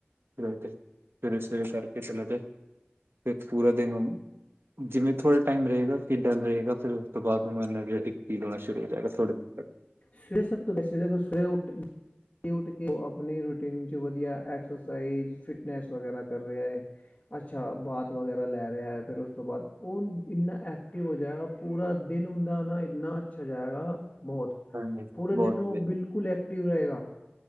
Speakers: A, on the right; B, on the left.
A: ਫ ਸਵੇਰੇ-ਸਵੇਰੇ ਕਰਕੇ ਚਲੇ ਜਾ, ਫਿਰ ਪੂਰਾ ਦਿਨ ਓਨੂੰ ਜਿਵੇਂ ਥੋੜ੍ਹਾ ਟਾਈਮ ਰਹੇਗਾ ਕਿ ਡਰ ਰਹੇਗਾ, ਫੇਰ ਓਸ ਤੋਂ ਬਾਦ ਓਨੂੰ ਐਨਰਜੈਟਿਕ ਫੀਲ ਹੋਣਾ ਸ਼ੁਰੂ ਹੋ ਜਾਏਗਾ ਥੋੜੇ ਦਿਨ। ਤੱਕ
B: ਸਵੇ ਸਭ ਤੋਂ ਬੈਸੇਟ ਏ, ਸਵੇਰੇ ਉੱਠ ਉੱਠ ਕੇ ਓ ਆਪਣੀ ਰੂਟੀਨ ਚ ਵਧੀਆ ਐਕਸਰਸਾਈਜ਼ ਫਿਟਨੈਸ ਵਗੈਰਾ ਕਰ ਰਿਹਾ ਏ। ਅੱਛਾ, ਬਾਥ ਵਗੈਰਾ ਲੈ ਰਿਹਾ ਏ, ਫੇਰ ਉਸ ਤੋਂ ਬਾਅਦ ਉਹ ਇੰਨਾ ਐਕਟਿਵ ਹੋ ਜਾਏਗਾ। ਪੂਰਾ ਦਿਨ ਹੁੰਦਾ ਆ ਨਾ, ਏਨਾ ਅੱਛਾ ਜਾਏਗਾ। ਬਹੁਤ
A: ਹਾਂਜੀ
B: ਪੂਰੇ
A: ਬਹੁਤ
B: ਦਿਨ ਓ
A: ਵਧੀਆ
B: ਬਿਲਕੁਲ ਐਕਟਿਵ ਰਹੇਗਾ।